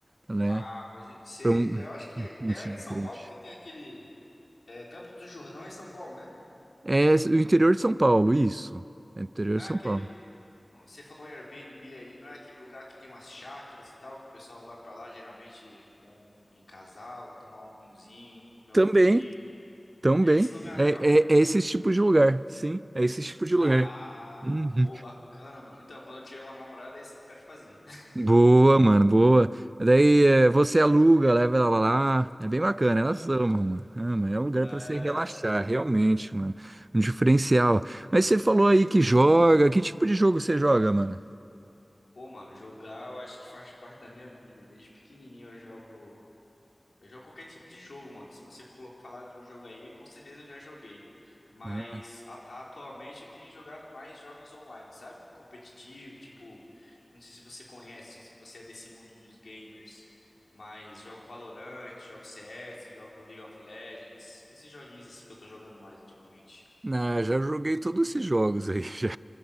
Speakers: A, on the right; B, on the left.
A: né?
B: Ah, pode ser.
A: Pra um
B: Eu acho que
A: ambiente
B: é aí
A: diferente.
B: em São Paulo que tem aquele é, Campos do Jordão é em São Paulo, né?
A: É o interior de São Paulo, isso. É o interior
B: Não
A: de
B: é
A: São
B: aquele
A: Paulo.
B: Não- Você falou em Airbnb aí, não é aquele lugar que tem umas chácaras e tal, que o pessoal vai pra lá geralmente com- em casal, tomar um vinhozinho, comer
A: Também,
B: um fundi.
A: também.
B: É esse lugar, né,
A: É,
B: não?
A: é, é esse tipo de lugar, sim. É esse tipo de
B: Ah,
A: lugar. Uhum.
B: pô, bacana, mano. Então, quando eu tiver uma namorada, é isso que eu quero fazer.
A: Boa, mano, boa. Daí eh, você aluga, leva ela lá. É bem bacana, elas
B: <laughs>
A: amam, mano. Ama, é um lugar
B: É,
A: pra se relaxar,
B: é.
A: realmente, mano. Um diferencial. Mas você falou aí que joga. Que tipo de jogo você joga, mano?
B: pô, mano, jogar eu acho que faz parte da minha vida. Desde pequenininho eu jogo Eu jogo qualquer tipo de jogo, mano. Se você colo- falar de um jogo aí, com certeza eu já joguei. Mas
A: Ah,
B: a- atualmente eu tenho jogado mais jogos online, sabe? Competitivo, tipo, não sei se você conhece, se você é desse mundo dos gamers, mas jogo Valorant, jogo CS, jogo League of Legends, esses joguinhos assim que eu tô jogando mais ultimamente.
A: não, já joguei todos esses jogos aí, <laughs> já.